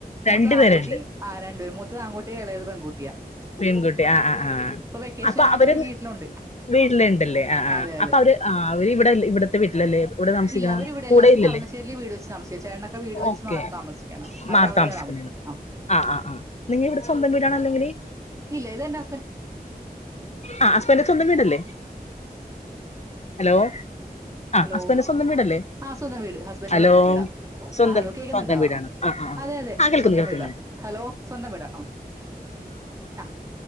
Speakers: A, on the right; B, on the left.
A: മൂത്ത
B: രണ്ടു
A: ആൺകുട്ടി
B: പേരുണ്ട്
A: രണ്ട് വെ മൂത്തതാൺകുട്ടി എളയത് പെൺകുട്ടിയാ
B: പെൺകുട്ടി ആ ആ ആ
A: ഇപ്പൊ വെക്കേഷൻ
B: അപ്പൊ
A: ആയതുകൊണ്ട്
B: അവര്
A: അവർ വീട്ടിലുണ്ട്
B: വീട്ടില്ണ്ടല്ലേ ആ ആ
A: അതെ അതെ
B: അപ്പൊ അവര് ആ അവര് ഇവിടലെ ഇവിടത്തെ വീട്ടിലല്ലേ ഇവിടെ താമസിക്കണ
A: ഇല്ല അവര് ഇവിടെ
B: കൂടെ
A: അല്ലാ അവര്
B: ഇല്ലല്ലേ
A: കളമശ്ശേരില് വീട് വെച്ച് താമസിക്ക ചേട്ടനൊക്കെ വീട് വെച്ച്
B: ഓക്കെ
A: മാറി താമസിക്കാണ് അവര്
B: മാറി
A: വിടെയാ
B: താമസിക്കുന്നത്
A: താമസിക്കുന്നെ
B: ആ ആ ആ നിങ്ങ ഇവിടെ സ്വന്തം വീടാണോ അല്ലെങ്കില്
A: ഇല്ല ഇതന്റെറെ ഹസ്ബൻ
B: ആ ഹസ്ബൻന്റെ സ്വന്തം വീടല്ലേ ഹലോ ആ
A: ഹലോ
B: ഹസ്ബൻന്റെ സ്വന്തം വീടല്ലേ
A: ആ സ്വന്തം വീട് ഹസ്ബൻഡ്
B: ഹലോ
A: സ്വന്തം വീടാ
B: സ്വന്തം
A: ആ ഹലോ കേക്കുന്നുണ്ടാ
B: സ്വന്തം വീടാണ് ആ ആ ആ
A: അതെ അതെ
B: ആ കേൾക്കുന്നു
A: സ്വന്തം
B: കേൾക്കുന്നുണ്ട്
A: വീടാ ഹലോ സ്വന്തം വീടാ ആ ആ